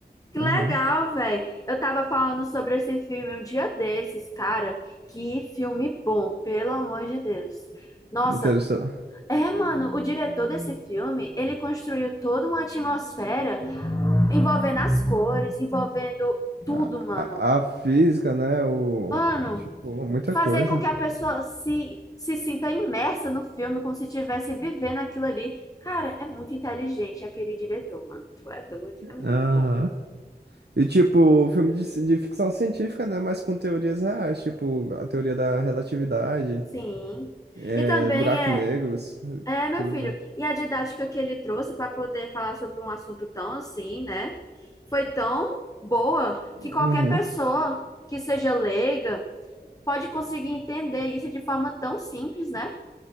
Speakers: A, on the left; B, on the right.
A: Que legal,
B: Aham.
A: velho. Eu tava falando sobre esse filme um dia desses, cara. Que filme bom, pelo amor de Deus. Nossa,
B: Interestelar.
A: é, mano, o diretor desse filme, ele construiu toda uma atmosfera envolvendo as cores, envolvendo tudo,
B: A,
A: mano.
B: a, a física, né? O,
A: Mano,
B: tipo, muita
A: fazer
B: coisa.
A: com que a pessoa se, se sinta imersa no filme, como se estivesse vivendo aquilo ali. Cara, é muito inteligente aquele diretor, mano. Tu é doido, é muito
B: Aham.
A: bom.
B: E tipo, filme de, ci- de ficção científica, né? Mas com teorias reais, tipo, a teoria da relatividade,
A: Sim.
B: é,
A: E também
B: buracos
A: é
B: negros,
A: É, meu
B: tudo
A: filho.
B: mais.
A: E a didática que ele trouxe para poder falar sobre um assunto tão assim, né? Foi tão boa
B: Uhum,
A: que qualquer pessoa que seja leiga pode conseguir entender isso de forma tão simples, né?